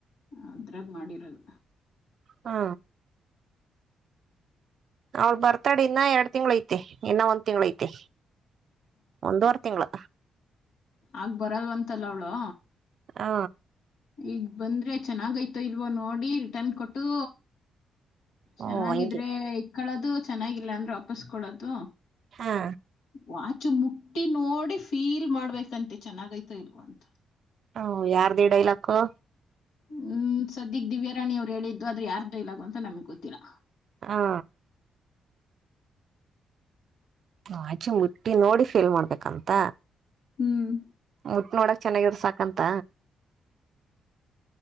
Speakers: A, on the left; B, on the right.
A: ಅದ್ರಾಗ ಮಾಡಿರದು
B: ಹಾ ಅವ್ಳ ಬರ್ತಡೇ ಇನ್ನ ಎರಡ್ ತಿಂಗ್ಳು ಐತಿ ಐ ಇನ್ನ ಒಂದ್ ತಿಂಗಳು ಐತೆ ಒಂದುವರೆ ತಿಂಗಳು
A: ಆಗ್ ಬರಲ್ವಂತಲ್ಲ ಅವಳು
B: ಹಾ
A: ಈಗ ಬಂದ್ರೆ ಚೆನ್ನಾಗಯ್ತೋ ಇಲ್ವೋ ನೋಡಿ ರಿಟರ್ನ್ ಕೊಟ್ಟು ಚೆನ್ನಾಗಿದ್ರೆ
B: ಓ ಹಂಗೆ
A: ಇಟ್ಕೋಳೋದು ಚೆನ್ನಾಗಿಲ್ಲ ಅಂದ್ರೆ ವಾಪಸ್ಕೊಡೋದು
B: ಹಾ
A: ವಾಚು ಮುಟ್ಟಿ ನೋಡಿ ಫೀಲ್ ಮಾಡ್ಬೇಕಂತೆ ಚೆನ್ನಾಗೈತ ಇಲ್ವ ಅಂತ
B: ಹ ಯರ್ದು ಇ ಡೈಲಾಗು
A: ಹ್ಮ್ ಸದ್ಯಗ್ ದಿವ್ಯಾ ರಾಣಿ ಅವ್ರು ಹೇಳಿದ್ದು ಆದ್ರೆ ಯಾರ ಡೈಲಾಗು ಅಂತ ನಮ್ಗ್ ಗೊತ್ತಿಲ್ಲಾ
B: ಹಾ ಆಚೆ ಮುಟ್ಟಿ ನೋಡಿ ಫೇಲ್ ಮಾಡ್ಬೇಕಂತ
A: ಹ್ಮ್
B: ಮುಟ್ಟ ನೋಡಕ್ ಚೆನ್ನಾಗಿದ್ರೆ ಸಾಕಂತ